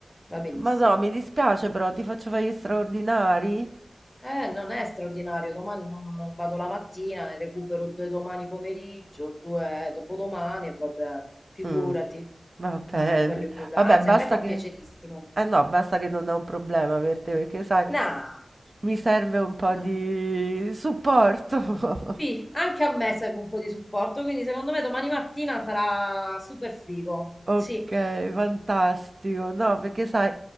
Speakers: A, on the left (about 20°); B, on the right (about 50°).
A: va benissimo.
B: Ma no, mi dispiace però, ti faccio fare gli straordinari?
A: Eh, non è straordinario, domani non, non vado la mattina, ne recupero due domani pomeriggio, due dopodomani e va bene, figurati,
B: Mm. Va bene.
A: non è quello il problema.
B: Vabbè,
A: Anzi,
B: basta
A: a me fa
B: che...
A: piacerissimo.
B: Eh no, basta che non è un problema per te, perché sai,
A: No,
B: mi serve un po'
A: no.
B: di supporto.
A: Sì,
B: <laughs>
A: anche a me serve un po' di supporto, quindi secondo me domani mattina sarà super figo.
B: Okay,
A: Sì,
B: fantastico. No, perché sai,